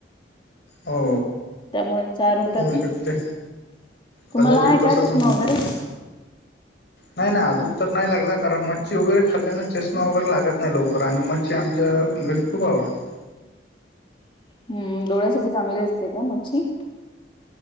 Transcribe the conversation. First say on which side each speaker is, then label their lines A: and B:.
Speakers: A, on the left; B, on the left.
A: हो...
B: त्यामुळे चार होतात
A: होऊ शकते
B: ना... तुम्हाला
A: कदाचित
B: आहे
A: तसं
B: का चष्मा
A: पण होऊ
B: वगैरे...
A: शकते. नाही नाही अजून तर नाही लागला कारण मच्छी वगैरे खाल्ल्यानें चष्मा वगैरे लागत नाही लवकर आणि मच्छी आमचं... घरी खूप आवडतं...
B: हम्म डोळ्यासाठी चांगली असते का मच्छी....